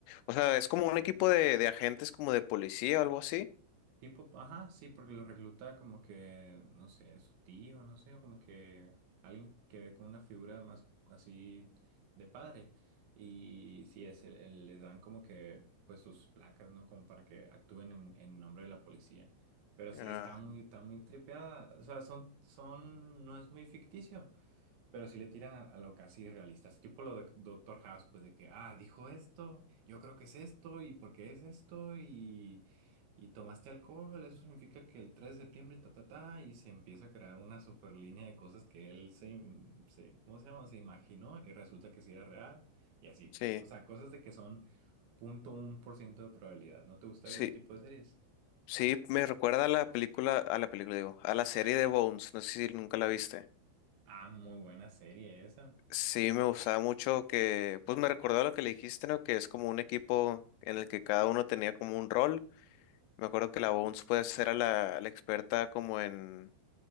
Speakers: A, on the left; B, on the right.
A: O sea, es como un equipo de, de agentes como de policía o algo así.
B: Tipo, ajá, sí, porque lo recluta como que, no sé, su tío, no sé, o como que alguien que ve con una figura más así de padre. Y sí, es, el- el- le dan como que, pues sus placas, ¿no? Como para que actúen en, en nombre de la policía. Pero sí,
A: Ah,
B: está muy, está muy tripeada. O sea, son, son, no es muy ficticio. Pero si le tiran a, a lo casi realista, es tipo lo de Doctor House, pues de que, ah, dijo esto, yo creo que es esto, y porque es esto, y, y tomaste alcohol, eso significa que el 3 de septiembre, ta, ta, ta, y se empieza a crear una super línea de cosas que él se, im- se, ¿cómo se llama? Se imaginó y resulta que sí era real, y así, pues,
A: sí.
B: o sea, cosas de que son punto uno por ciento de probabilidad. ¿No te gusta
A: Sí,
B: ver ese tipo de series?
A: Sí, me recuerda a la película, a la película, digo, a la serie de Bones, no sé si nunca la viste.
B: Ah, muy buena serie esa.
A: Sí, me gustaba mucho que, pues me recordó a lo que le dijiste, ¿no? Que es como un equipo en el que cada uno tenía como un rol. Me acuerdo que la Bones puede ser a la, a la experta como en,